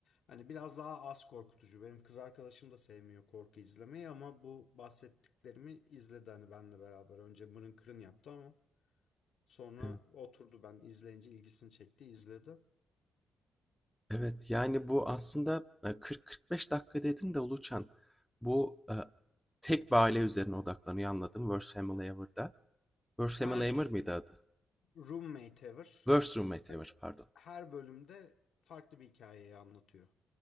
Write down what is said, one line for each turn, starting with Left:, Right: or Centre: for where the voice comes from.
Left: Hani biraz daha az korkutucu. Benim kız arkadaşım da sevmiyor korku izlemeyi ama bu bahsettiklerimi izledi hani benle beraber. Önce mırın kırın yaptı ama sonra
Centre: Evet.
Left: oturdu ben izleyince ilgisini çekti izledi.
Centre: Evet, yani, bu aslında, eee, 40-45 dakika dedin de Uluçan, bu, eee, tek bir aile üzerine odaklanıyor anladım Worst Family Ever'da. Worst Family
Left: Her
Centre: Ever mıydı adı?
Left: roommate ever
Centre: Worst Roommate
Left: her,
Centre: Ever pardon.
Left: her bölümde farklı bir hikayeyi anlatıyor.